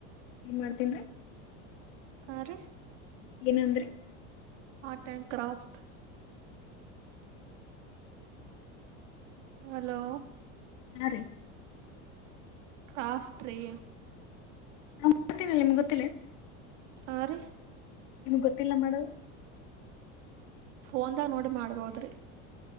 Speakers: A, on the left (about 80°); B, on the right (about 80°).
A: ನ್ ಮಾಡ್ತನ
B: ಆ ರೀ
A: ಏನಂದ್ರಿ
B: ಆರ್ಟ್ ಆಂಡ್ ಕ್ರಾಫ್ಟ ಹಲೋ
A: ಹಾ ರೀ
B: ಕ್ರಾಫ್ಟ ರೇ
A: ನಾ್ ಗೊತ್ತೀನಿಲ್ಲ ನಿಮ್ಗೆ ಗೊತ್ತಿಲ್ಲ
B: ಹಾ ರೀ
A: ನಿಮ್ಗ್ ಗೊತ್ತಿಲ್ಲ ಮಾಡು
B: ಫೋನ್ದಾಗ ನೋಡಿ ಮಾಡ್ಬೋದ್ರಿ